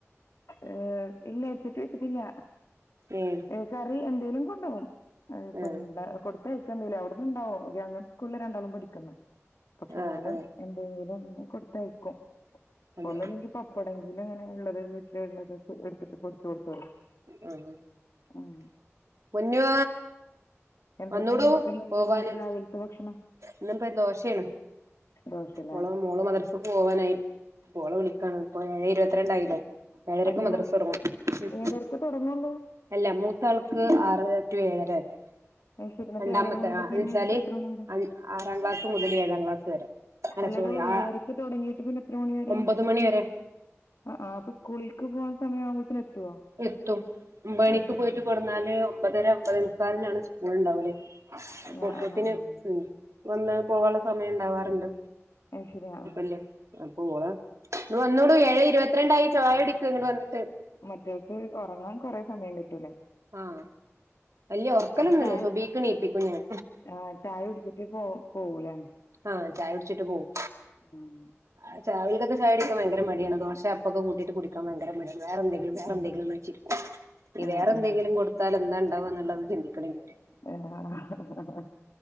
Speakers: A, on the left; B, on the right.
A: ഏ ഇല്ല ഹെഡ് സെറ്റ് വെച്ചിട്ടില്ല
B: ഉം
A: കറി എന്തേലും കൊണ്ടു പോകും അ ഇപ്പം
B: ആഹ്
A: മിണ്ടാ കൊടുത്തയിക്കണില്ല അവിടിന്നിണ്ടാവും ഗവൺമെന്റ് സ്കൂളിലാ രണ്ടാളും പഠിക്കുന്നെ പക്ഷെ എന്നാലും
B: ആഹ് അതെ
A: എ വേറെ ഒന്നും കൊടുത്തയയ്ക്കും
B: അതെ
A: ഒന്നുല്ലങ്കി പപ്പടെങ്കിലും അങ്ങനെ ഉള്ളത് നെ ഉള്ളത് എടുത്തിട്ട് പൊട്ടിച്ച് കൊടുത്തുവിടും
B: ഉം
A: ഉം
B: പൊന്നൂ
A: എന്തായിരുന്നു
B: വന്നൂടോ
A: ഇന്ന് എന്തായിരുന്നു
B: പോവാന്
A: രാവിലത്തെ ഭക്ഷണം
B: ഇന്നിപ്പോ ഒരു ദോശയാണ്
A: ദോശ അല്ലേ
B: ഓള മോള് മദ്രസക്ക് പോവാനായി ഇപ്പോ ഓളെ വിളിക്കണം ഇപ്പോ ഏഴ് ഇരുപത്തിരണ്ടായില്ലേ ഏഴരക്ക്
A: അല്ല
B: മദ്രസ തൊടങ്ങും
A: ഏഴരക്ക് തുടങ്ങുള്ളൂ
B: അല്ല മൂത്താൾക്ക് ആറര റ്റു ഏഴര വരെ
A: അത് ശരി എന്നിട്ട്
B: രണ്ടാമത്തെ
A: ഏഴര മുതൽ
B: ആ എന്ന്
A: പിന്നെ
B: വെച്ചാല്
A: എത്ര മണി വരെ
B: ആറാം ക്ലാസ് മുതല് ഏഴാം ക്ലാസ് വരെ അല്ല
A: അല്ലടോ
B: സോറി ആ
A: ഏഴരക്ക് തുടങ്ങീട്ട് പിന്നെ എത്ര മണി വരെ
B: ഒമ്പത് മണി വരെ
A: ആ ആ അപ്പൊ സ്കൂളിൽക്ക് പോകാൻ സമയം ആവുമ്പഴത്തേക്ക് എത്തുവോ
B: എത്തും ഒമ്പത്
A: അത്
B: മണിക്ക്
A: ശരി
B: പോയിട്ട്
A: ആ
B: കൊണ്ടുന്നാല് ഒമ്പതര ഒമ്പതേ മുക്കാലിനാണ് സ്കൂൾ ഉണ്ടാവല്
A: ആ
B: ഒപ്പത്തിന്
A: ആ ആ.
B: ഉം വന്ന് പോവാനുള്ള സമയം ഉണ്ടാവാറുണ്ട്
A: അത് ശരിയാ
B: ല്ല അപ്പോവാ വന്നുടോ ഏഴ് ഇരുപത്തിരണ്ടായി ചായകുടിക്ക് ഇങ്ങട് വന്നിട്ട്
A: ഇപ്പൊ ഉറങ്ങാൻ കുറേ സമയം കിട്ടൂലേ
B: ആ അയ്യോ ഉറക്കലൊന്നും
A: അപ്പൊ ചായ
B: ഇല്ല സുബഹിക്കെണീപ്പിക്കും ഞാൻ
A: ആ ചായ കുടിച്ചിട്ട് പോ പോവൂലേ
B: ആ ചായ കുടിച്ചിട്ട് പോകും
A: ഉം
B: ആ രാവിലത്തെ ചായകുടിക്കാൻ ഭയങ്കര മടിയാണ് ദോശ അപ്പൊക്കെ കൂട്ടീട്ട് കുടിക്കാൻ ഭയങ്കര മടിയാണ് വേറെന്തിലും വേറെന്തെങ്കിലും
A: ആ
B: ഉമ്മച്ചി ഇനി
A: ആ
B: വേറെ
A: ആ
B: എന്തെങ്കിലും കൊടു ത്താല് എന്താണ്ടാവുക എന്നുള്ളത് ചിന്തിക്കണം ഇനിയത്
A: എന്നാണാ ആ